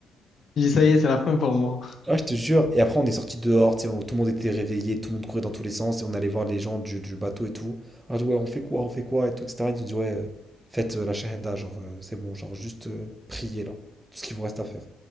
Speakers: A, on the left (about 50°); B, on the right (about 15°).
A: dit, ça y est, c'est la fin pour moi.
B: Ouais, je te jure. Et après, on est sorti dehors, tu sais, on- tout le monde était réveillé, tout le monde courait dans tous les sens, et on allait voir les gens du, du bateau et tout. On leur dit, ouais, on fait quoi, on fait quoi, et tout, et cetera Ils nous ont dit, ouais, euh, faites euh, la shahada, genre, euh, c'est bon, genre, juste euh, priez, là, tout ce qu'il vous reste à faire.